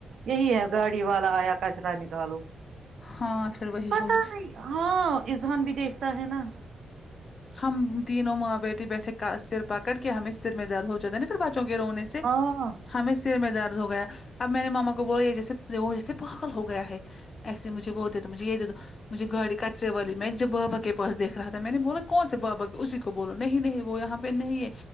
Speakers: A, on the right; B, on the left.
A: یہی ہے گاڑی والا آیا کچرا نکالو
B: ہاں پھر وہی
A: پتا
B: ہوگی
A: نہیں ہاں ازحان بھی دیکھتا ہے نا
B: ہم تینوں ماں بیٹی بیٹھے سر پکڑ کے ہمیں سر میں درد ہو جاتے نا پھر بچوں کے رونے سے
A: ہاں
B: ہمیں سر میں درد ہو گیا اب مینے ماما کو بولا یہ جیسے وہ جیسے پاگل ہو گیا ہے ایسے مجھے وہ دے دو مجھے یہ د ے دو مجھے گاڑی کچرے والی میں جب بابا کے پاس دیکھ رہا تھا میں نے بولا کون سے بابا کی اسی کو بولو نہیں نہیں وہ یہاں پہ نہیں ہے